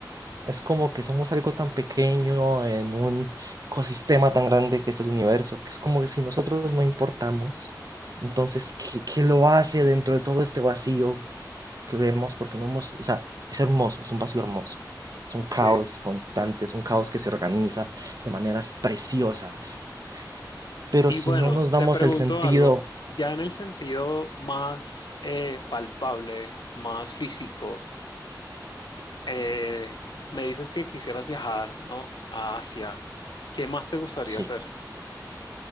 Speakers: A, on the right; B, on the left.
A: es como que somos algo tan pequeño en un ecosistema tan grande que es el universo, que es como que si nosotros no importamos, entonces, ¿qué, qué lo hace dentro de todo este vacío que vemos porque no hemos, o sea, es hermoso, es un vacío hermoso, es un caos
B: sí.
A: constante, es un caos que se organiza de maneras preciosas, pero
B: Y
A: si
B: bueno,
A: no nos damos
B: te pregunto
A: el sentido,
B: algo, ya en el sentido más eh, palpable, más físico, eh, me dices que quisieras viajar, ¿no? A Asia. ¿Qué más te gustaría
A: sí.
B: hacer?